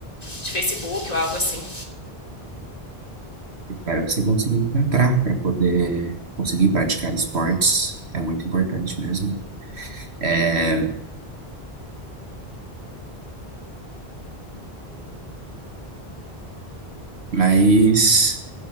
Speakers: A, on the left; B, on the right.
A: de Facebook ou algo assim.
B: Espero que você consiga encontrar para poder conseguir praticar esportes. É muito importante mesmo. É, mas.